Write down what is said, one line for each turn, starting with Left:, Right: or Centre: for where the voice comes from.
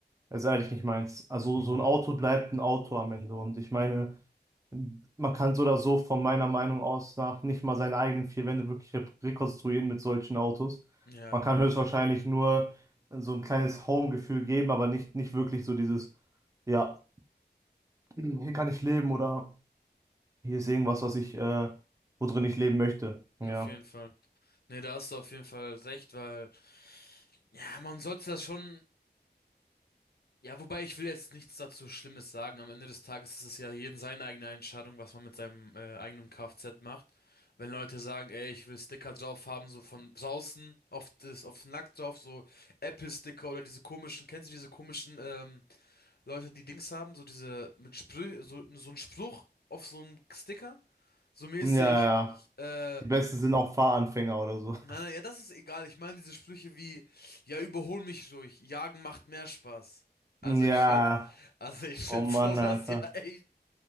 Right: Das ist eigentlich nicht meins. Also so ein Auto bleibt ein Auto am Ende. Und ich meine, man kann so oder so von meiner Meinung aus nach nicht mal seine eigenen vier Wände wirklich re rekonstruieren mit solchen Autos.
Left: Ja,
Right: Man kann höchstwahrscheinlich nur so ein kleines Home-Gefühl geben, aber nicht, nicht wirklich so dieses, ja, hier kann ich leben oder hier ist irgendwas, was ich, äh, worin ich leben möchte. Ja.
Left: auf jeden Fall. Nee, da hast du auf jeden Fall recht, weil Ja, man sollte das schon. Ja, wobei ich will jetzt nichts dazu Schlimmes sagen. Am Ende des Tages ist es ja jeden seine eigene Entscheidung, was man mit seinem äh, eigenen Kfz macht. Wenn Leute sagen, ey, ich will Sticker drauf haben, so von draußen auf das, auf den Lack drauf, so Apple-Sticker oder diese komischen, kennst du diese komischen ähm, Leute, die Dings haben, so diese mit Sprüh, so, so ein Spruch auf so einem Sticker, so mäßig,
Right: Ja, ja.
Left: äh,
Right: Die besten sind auch Fahranfänger oder so. <laughs>
Left: Nein, nein, ja, das ist egal. Ich meine diese Sprüche wie, ja, überhol mich ruhig, jagen macht mehr Spaß. Also
Right: Ja.
Left: ich finde, also ich finde
Right: Oh Mann,
Left: sowas
Right: Alter.
Left: ja echt